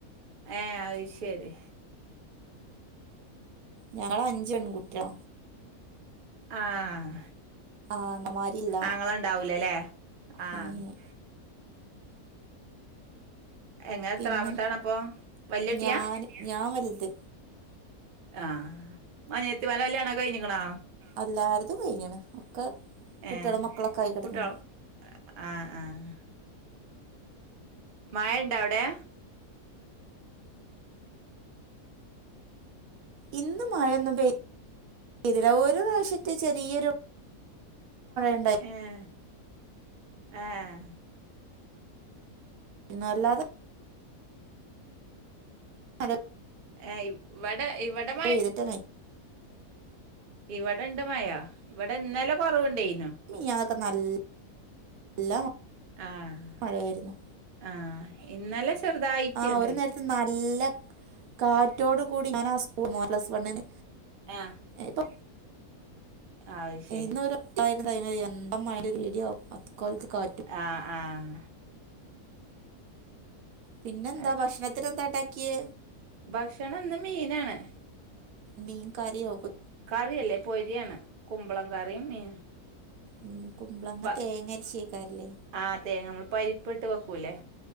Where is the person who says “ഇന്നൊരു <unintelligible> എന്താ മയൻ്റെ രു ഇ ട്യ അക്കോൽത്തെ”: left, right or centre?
Right